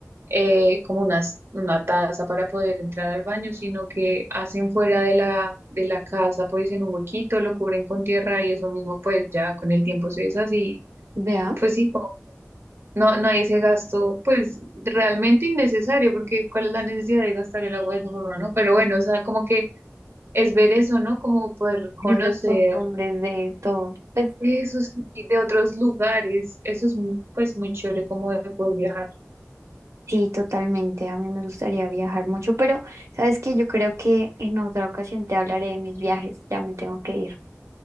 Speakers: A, on the right; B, on the right.
A: eh, como una una taza para poder entrar al baño, sino que hacen fuera de la, de la casa, pues en un huequito, lo cubren con tierra y eso mismo, pues ya con el tiempo se deshace y
B: Vea,
A: pues sí. No, no hay ese gasto, pues realmente innecesario, porque ¿cuál es la necesidad de gastar el agua de esa forma, no? Pero bueno, o sea, como que es ver eso, ¿no? Como poder conocer
B: Esas costumbres de todo. Pues
A: eso sí, de otros lugares. Eso es muy- pues muy chévere como de poder viajar.
B: sí, totalmente. A mí me gustaría viajar mucho, pero sabes que yo creo que en otra ocasión te hablaré de mis viajes. Ya me tengo que ir.